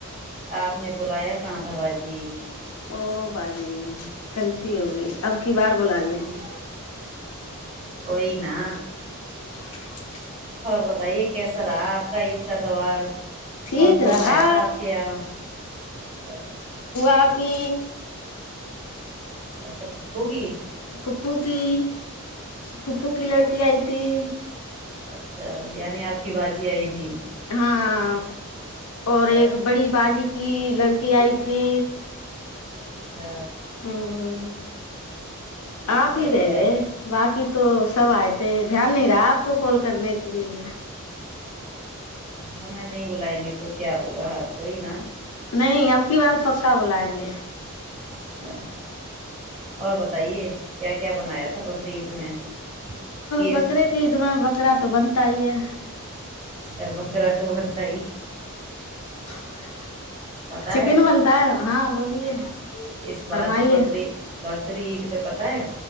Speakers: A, on the right; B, on the left.
A: آپ نے بلایا کہاں تھا باجی
B: او بجی غلطی ہو گئی اب کی بار بلا لیں گے
A: کوئی نا
B: ہہ
A: اور بتائیے کیسا رہا آپ کا عید کا تہوار
B: ٹھیک
A: کون کون
B: رہا
A: آیا تھا آپ کے یہاں اچھا
B: ا کہ
A: اچھا تو ہو گی
B: پھوپھوں کی پھوپھوں کی لڑکی آئی تھی جی
A: اچھا یعنی آپ کی باجی آئی تھی
B: ہاں اور
A: اچھا
B: ایک بڑی بازی کہ لڑکی آئی تھی
A: اچھا
B: ہوں آپ
A: بڑھیا
B: ہی رہ
A: ہے
B: گئے باکی تو سب آئے تھے دھیان نہیں رہا آپ کو کال کرنے کے لیے
A: ہمیں نہیں بلائیں گے تو کیا ہوا کوئی نا
B: نہیں اب کی بار پکا بلائیں گے
A: اچھا اور بتائیے کیا کیا بنایا تھا بکرعید میں عیز
B: بکرے کےعید میں بکرا تو بنتا ہی ہے
A: اچھا بکرا تو بنتا ہی
B: ہہ
A: پتہ
B: چکن
A: ہے
B: بنتا ہے ہاں بولیے
A: اس بار
B: فرمائیے
A: ن بکرے بک عید مے پتا ہے